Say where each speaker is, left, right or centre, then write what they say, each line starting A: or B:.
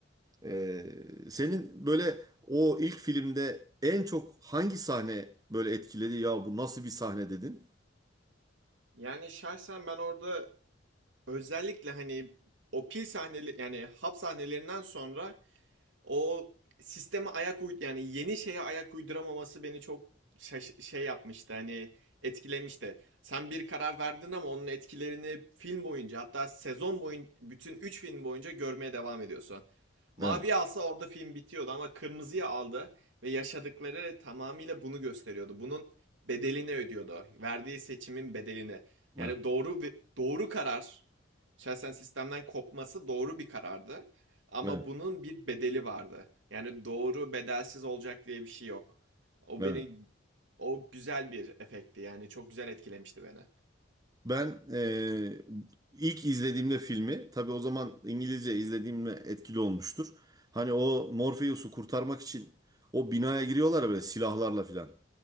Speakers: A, on the right; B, on the right.
A: Ee, senin böyle o ilk filmde en çok hangi sahne böyle etkiledi? Ya bu nasıl bir sahne dedin?
B: yani şahsen ben orada özellikle hani o pil sahneli yani hap sahnelerinden sonra o sisteme ayak uyd yani yeni şeye ayak uyduramaması beni çok şaş- şey yapmıştı hani etkilemişti. Sen bir karar verdin ama onun etkilerini film boyunca hatta sezon boyunca bütün 3 film boyunca görmeye devam ediyorsun. Maviyi
A: Evet,
B: alsa orada film bitiyordu ama kırmızıya aldı ve yaşadıkları tamamıyla bunu gösteriyordu. Bunun bedelini ödüyordu. Verdiği seçimin bedelini. Yani
A: evet,
B: doğru ve- doğru karar şahsen sistemden kopması doğru bir karardı. Ama
A: evet,
B: bunun bir bedeli vardı. Yani doğru bedelsiz olacak diye bir şey yok. O
A: evet.
B: beni o güzel bir efekti. Yani çok güzel etkilemişti beni.
A: Ben eee, ilk izlediğimde filmi, tabii o zaman İngilizce izlediğimde etkili olmuştur. Hani o Morpheus'u kurtarmak için o binaya giriyorlar ya böyle silahlarla filan.